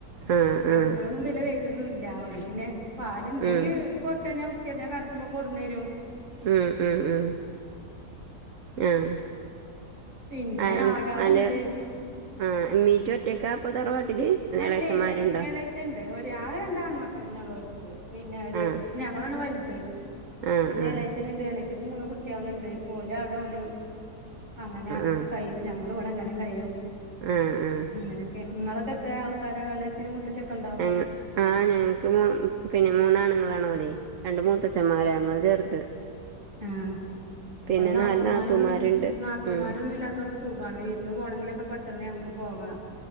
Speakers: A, on the right; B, on the right.
A: ആ
B: പിന്നെ
A: ആ ആ
B: എപ്പളൊന്നും ഇതിലെ വെരൊന്നുംല്ല ഓല് പിന്നെ പാലുണ്ടെങ്കി-
A: ഉം
B: കൊറച്ചഴിഞ്ഞാ ഉച്ചഞ്ഞാ കറക്കുമ്പോ കൊണ്ടുന്നേരും
A: ഉം ഉം ഉം ആഹ്
B: പിന്നെ
A: ആഹ്
B: ആടാളുണ്ട്
A: അല്ല ആഹ് <unintelligible> ഒറ്റക്കാ അപ്പോ തറവാട്ടില്?
B: അല്ലേ
A: എളേച്ചന്മാരുണ്ടോ?
B: എള- ച്ചൊണ്ട്, ഒര് ആകെ രണ്ടാൺമക്കളന്നെ ഉള്ളൂ ഓൽക്ക്, പിന്നെ ഒര്,
A: ആഹ്
B: ഞങ്ങളാണ് വലുത്
A: ആഹ്
B: പിന്നെ
A: ആഹ്
B: എളേച്ചനുണ്ട്, ഇളേച്ചക്ക് മൂന്ന് കുട്ടികളുണ്ട്. ഓല് അവിടെ ഓല് അങ്ങനെ
A: ആഹ്
B: കഴിയും, ഞങ്ങളിവിട ഇങ്ങനെ കഴിയും.
A: ആഹ് ആഹ്
B: അങ്ങനൊക്കെണ്. നിങ്ങളൊക്കെ എത്ര ആൾക്കാരാ, എളേച്ചനും മൂത്തച്ചിയൊക്കെ ഉണ്ടോ?
A: ങ് ആഹ് ഞങ്ങക്ക് പിന്നെ മൂന്നാണുങ്ങളാണ് ഓര് രണ്ട് മൂത്തച്ചന്മാര്, അങ്ങള ചെറുത്.
B: ആഹ
A: പിന്നെ
B: ഇവിടെ നാത്തൂമാരൊന്നും
A: നാല് നാത്തൂമാരുണ്ട്
B: നാത്തൂമാരൊന്നുമല്ല
A: ഉം
B: <unintelligible> സുഖമാണ് വീടിന് പോണമെങ്കിലൊക്കെ പെട്ടെന്ന് ഞങ്ങൾക്ക് പോകാം